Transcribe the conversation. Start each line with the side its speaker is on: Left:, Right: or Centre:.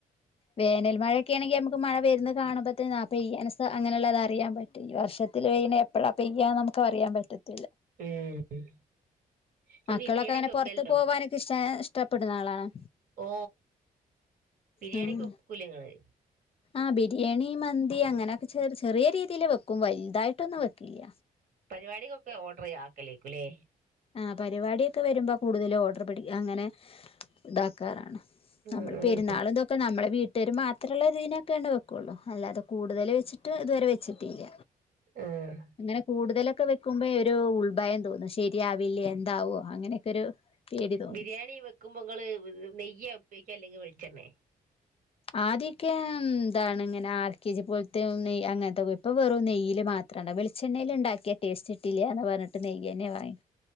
Left: വേനൽ മഴൊക്കെ ആണെങ്കിൽ നമുക്ക് മഴ വരുന്ന കാണുമ്പോത്തേന് ആ പെയ്യന്സാ അങ്ങനെയുള്ളത് അറിയാൻ പറ്റും ഈ വർഷത്തില് പെയിനെ എപ്പോഴാ പെയ്യന്ന് അറിയാൻ പറ്റത്തി
Right: ഉം നിങ്ങള്
Left: മക്കളൊക്കെ
Right: ബിരിയാണി
Left: അങ്ങനെ
Right: ഒക്കെ വെക്കലുണ്ടോ
Left: പുറത്ത് പോവാനൊക്കെ ഇഷ്ട ഇഷ്ടപ്പെടുന്ന ആളാണോ
Right: ഓ ബിരിയാണിയൊക്കെ
Left: ഉം
Right: വെയ്ക്കുല്ലേ ഇങ്ങള്
Left: ആ ബിരിയാണി മന്തി അങ്ങനെയൊക്കെ ചെറി ചെറിയ രീതിയില് വെക്കും വലുതായിട്ടൊന്നും വെക്കില്ല
Right: പരിപാടികൊക്കെ ഓർഡറി ആക്കലേക്കുല്ലേ
Left: ആ പരിപാടിയൊക്കെ വരുമ്പോ കൂടുതൽ ഓർഡർ പിടിക്ക അങ്ങനെ ഇതാക്കാറാണ്
Right: ഉം
Left: നമ്മൾ
Right: ഉം
Left: പെരുന്നാളും ഇന്തൊക്കെ നമ്മുടെ വീട്ട ട്ടര് മാത്രമുള്ള ഇതിനൊക്കെ വെക്കുള്ളൂ അല്ലാതെ കൂടുതൽ വെച്ചിട്ട് ഇതുവരെ വെച്ചിട്ടില്ല
Right: ആഹ്
Left: അങ്ങനെ കൂടുതല് ക്കാ വെക്കുമ്പോ ഒരു ഉൾഭയം തോന്നുന്നു ശരിയാവില്ല എന്താവോ അങ്ങനെയൊക്കെ ഒരു പേടി തോന്നും
Right: ബിരിയാണി വെക്കുമ്പോ നിങ്ങള് നെയ്യാ ഉപയോഗിക്കാം അല്ലെങ്കിൽ വിളിച്ചെണ്ണെ
Left: ആദ്യക്കെ ന്താണ് ഇങ്ങനെ ആർ കെ ജി പോലത്തെ നെയ്യ് അങ്ങനത്തെ ഇപ്പൊ വെറും നെയ്യ്ല് മാത്രണ്ട വെളിച്ചെണ്ണയിൽ ഉണ്ടാക്കിയ ടേസ്റ്റ് ഇിട്ടില്ലന്ന് പറഞ്ഞിട്ട് നെയ്യ് തന്നെ വാങ്ങി